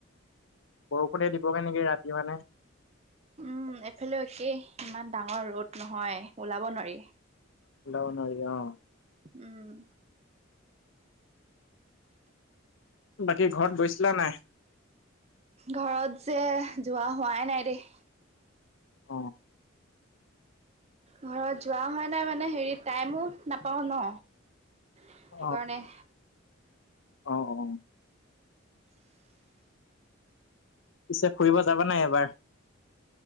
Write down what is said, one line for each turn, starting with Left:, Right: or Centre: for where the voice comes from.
Left: বৰষুণে দিবগে নেকি ৰাতি মানে।
Right: উম এফালে একেই ইমান ডাঙৰ ৰ'দ নহয় ওলাব নোৱাৰি
Left: উলাব নোৱাৰি অ
Right: উম
Left: বাকী ঘৰত গৈছিলা নাই
Right: ঘৰত যে যোৱা হোৱাই নাই দেই
Left: অ,
Right: ঘৰত যোৱা হয় নাই মানে হেৰি টাইমো নাপাওঁ ন সেই
Left: অ,
Right: কাৰণে
Left: অ অ পিছে ফুৰিব যাবা নাই এবাৰ